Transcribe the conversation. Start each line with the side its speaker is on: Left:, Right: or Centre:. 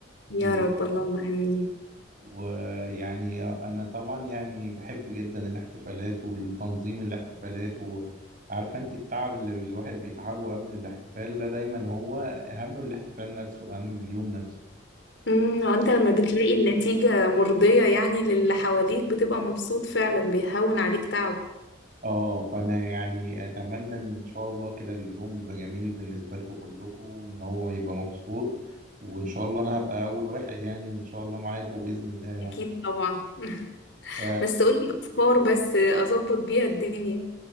Right: بإذن
Left: يا رب اللهم
Right: الله
Left: امين
Right: ويعني أنا طبعا يعني بحب جدا الاحتفالات والتنظيم الاحتفالات وعارفة أنت التعب اللي الواحد بيتعبه قبل الاحتفال ده دايما هو أهم من الاحتفال نفسه أهم من اليوم نفسه
Left: امم وانت لما بتلاقي النتيجة مرضية يعني للي حواليك بتبقى مبسوط فعلا بيهون عليك تعب
Right: اه فانا يعني اتمنى ان شاء الله كده اليوم يبقى جميل بالنسبه لكم كلكم وان هو يبقى مبسوط وان شاء الله انا هبقى اول واحد يعني ان شاء الله معاكم باذن الله يعني
Left: اكيد طبعا <laughs>
Right: ف
Left: بس قولي افكار بس اظبط بيها الدنيا